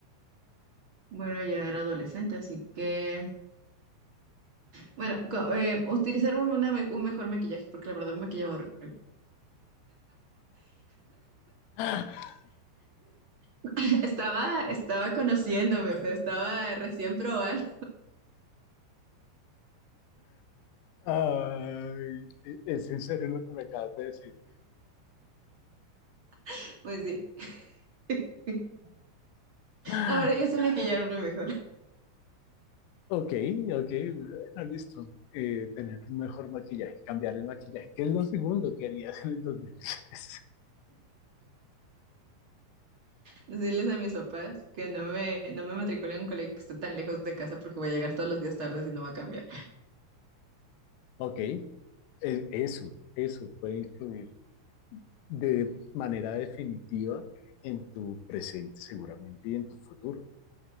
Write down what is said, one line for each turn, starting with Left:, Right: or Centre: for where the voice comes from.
Right: Bueno, ya era adolescente, así que, bueno, co- eh, utilizar una me- un mejor maquillaje, porque la verdad me maquillaba horrible.
Left: <gasps>
Right: <laughs> Estaba, estaba conociéndome, o sea, estaba recién probando,
Left: Ay, e, es en serio lo que me acabas de decir.
Right: <laughs> pues sí. <laughs>
Left: <gasps>
Right: Ahora yo sé maquillarme mejor.
Left: Ok, ok, bueno, listo. Eh, tener un mejor maquillaje, cambiar el maquillaje. ¿Qué es lo segundo que harías en el 2010?
Right: Decirles a mis papás que no me, no me matriculen en un colegio que esté tan lejos de casa porque voy a llegar todos los días tarde y no va a cambiar.
Left: Ok, e- eso, eso puede influir de manera definitiva en tu presente seguramente y en tu futuro.